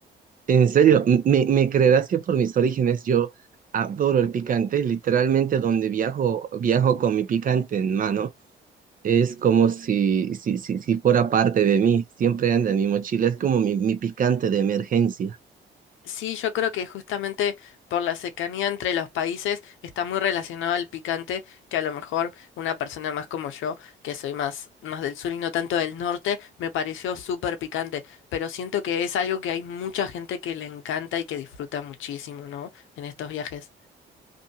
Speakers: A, on the right; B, on the left.
A: En serio, m- ¿me, me creerás que por mis orígenes yo adoro el picante? Literalmente donde viajo, viajo con mi picante en mano. Es como si, si, si, si fuera parte de mí, siempre anda en mi mochila, es como mi, mi picante de emergencia.
B: Sí, yo creo que justamente por la cercanía entre los países está muy relacionado al picante, que a lo mejor una persona más como yo, que soy más, más del sur y no tanto del norte, me pareció súper picante, pero siento que es algo que hay mucha gente que le encanta y que disfruta muchísimo, ¿no? En estos viajes.